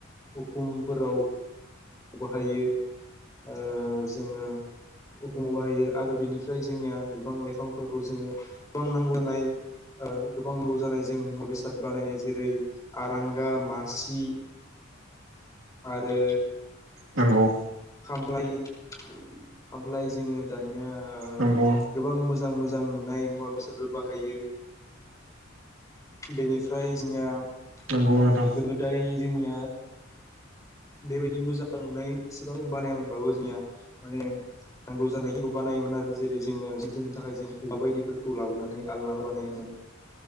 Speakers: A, on the left (about 15°); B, on the right (about 75°).
A: उखुमफोराव बाहायो ओ जोङो उखुमाव बाहायो आरो बेनिफ्राय जोंनिया बिफां लाइफांफोरखौ जोङो गोबां नांलानाय। ओ गोबां नांगौ जानाय जों मुवा बेसाद बानायो जेरै आरांगा मासि आरो।
B: नंगौ।
A: खामफ्लाइ खामफ्लाइ जोङो दानिया।
B: नंगौ
A: गोबां मोजां मोजां नुनाय मुवा बेसादफोर बाहायो। बेनिफ्राय जोंनिया ओ
B: नंगौ नोंथां
A: गोदो गोदाय जोंनिया बेबायदि मोजां नुनाय एसिबां बानायामोनबाबो जोंनिया माने नांगौ जानायखौ बानायोमोन आरो जेरै जोङो जि दोननो थाखाय जों औवा बायदिफोरखौ लाबोनानै आलनाबो बानायोमोन।